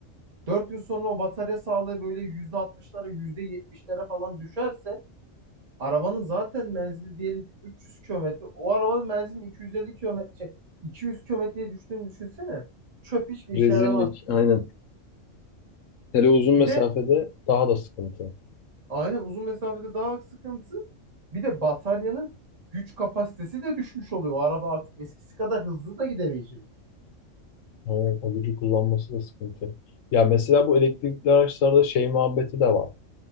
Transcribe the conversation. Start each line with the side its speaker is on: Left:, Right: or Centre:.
Right: dört yıl sonra o batarya sağlığı böyle yüzde altmışlara yüzde yetmişlere falan düşerse arabanın zaten menzili diyelim ki 300 kilometre. O arabanın menzilinin 250 kilometre şey, 200 kilometreye düştüğünü düşünsene. Çöp hiçbir işe
Left: Rezillik
Right: yaramaz.
Left: aynen. Hele uzun mesafede
Right: Bir de
Left: daha da sıkıntı.
Right: aynen uzun mesafede daha sıkıntı. Bir de bataryanın güç kapasitesi de düşmüş oluyor. O araba artık eskisi kadar hızlı da gidemeyecek.
Left: Aynen o gücü kullanması da sıkıntı. Ya mesela bu elektrikli araçlarda şey muhabbeti de var.